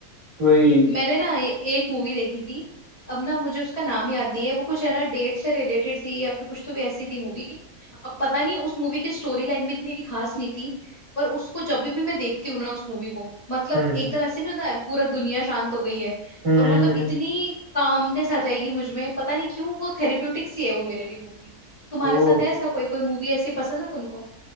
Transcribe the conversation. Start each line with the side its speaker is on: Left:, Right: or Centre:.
Right: वही
Left: मैंने ना ए, एक मूवी देखी थी अब ना मुझे उसका नाम याद नहीं है वो कुछ है ना डेट से रिलेटेड थी या फिर कुछ तो भी ऐसी थी मूवी अब पता नहीं उस मूवी की स्टोरी लाइन भी इतनी खास नहीं थी पर उसको जब भी, भी मैं देखती हूँ ना उस मूवी को मतलब
Right: हम्म
Left: एकदम
Right: हम्म
Left: ऐसे नहीं होता है, पूरा दुनिया शांत हो गई है
Right: हम्म,
Left: और मतलब इतनी
Right: हम्म,
Left: कामनेस आ जाएगी मुझ में पता नहीं क्यों वो थेरेप्यूटिक सी है वो मेरे लिए मूवी तुम्हारे
Right: वो
Left: साथ है ऐसा कोई कोई मूवी ऐसी पसंद है तुमको